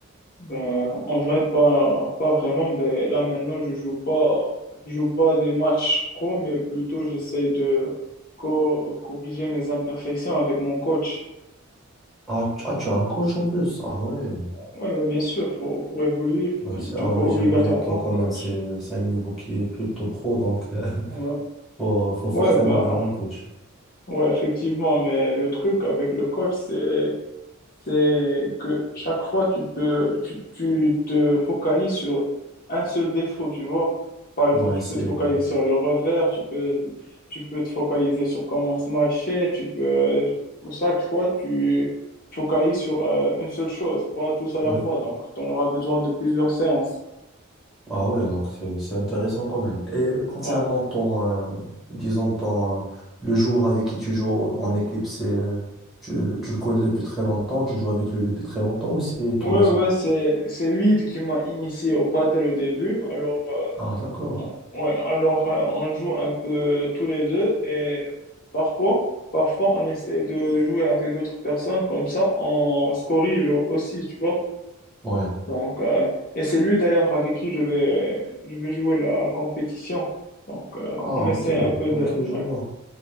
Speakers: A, on the left; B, in the centre.
A: Ben, en vrai, pas, pas vraiment. Ben, là, maintenant, je joue pas, je joue pas des matchs pro, mais plutôt, j'essaie de co- corriger mes imperfections avec mon coach.
B: Ah, tu ah, tu as un coach en plus. Ah ouais.
A: Ouais, ben, bien sûr, pour, pour évoluer,
B: Bah,
A: il
B: c'est-
A: te
B: ah
A: faut
B: oui,
A: obligatoirement
B: j'ai oublié, toi quand
A: un coach.
B: même, c'est c'est un niveau qui est plutôt pro, donc euh, <laughs>
A: Ouais.
B: faut, faut forcément
A: Ouais, ben,
B: avoir un coach.
A: Ouais, effectivement, mais le truc avec le coach, c'est, c'est que chaque fois, tu peux, tu, tu te focalises sur un seul défaut, tu vois. Par exemple,
B: Ouais,
A: tu
B: c'est...
A: peux te
B: euh,
A: focaliser sur le revers, tu peux, tu peux te focaliser sur comment se matcher, tu peux, chaque fois, tu focalises sur euh, une seule chose, pas tous à la
B: oui.
A: fois. Donc, tu en auras besoin de plusieurs séances.
B: Ah ouais, donc c'est c'est intéressant quand même. Et concernant
A: Ouais.
B: ton, euh, disons, ton, euh, le joueur avec qui tu joues en équipe, c'est, euh, tu, tu le connais depuis très longtemps, tu joues avec lui depuis très longtemps ou c'est tout
A: Ouais,
B: récent?
A: ouais, c'est, c'est lui qui m'a initié au padel au début. Alors, euh,
B: Ah d'accord.
A: Ouais, alors euh, on joue un peu tous les deux et parfois, parfois on essaie de jouer avec d'autres personnes, comme ça on se corrige aussi, tu vois.
B: Ouais.
A: Donc, euh, et c'est lui d'ailleurs avec qui je vais, je vais jouer la compétition. Donc, euh,
B: Ah
A: on essaie
B: ok,
A: un peu
B: ok,
A: de.
B: je
A: Ouais,
B: vois.